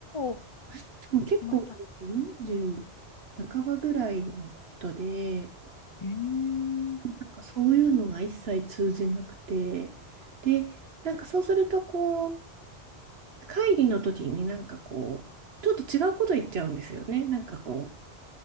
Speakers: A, on the left; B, on the right.
A: おー、
B: でも結構40
A: また。
B: 半ばぐらいの人で、
A: うーん、
B: なんかそういうのが一切通じなくて、で、なんかそうするとこう、会議の時になんかこう、ちょっと違うこと言っちゃうんですよね。なんかこ